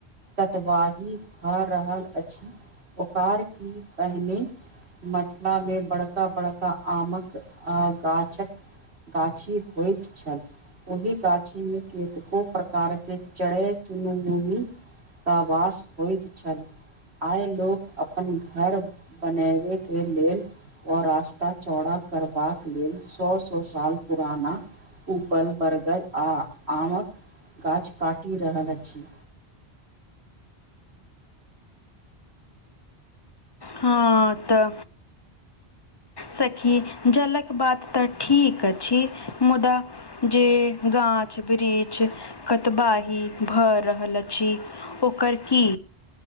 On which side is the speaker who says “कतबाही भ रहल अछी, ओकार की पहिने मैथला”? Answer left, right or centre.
Right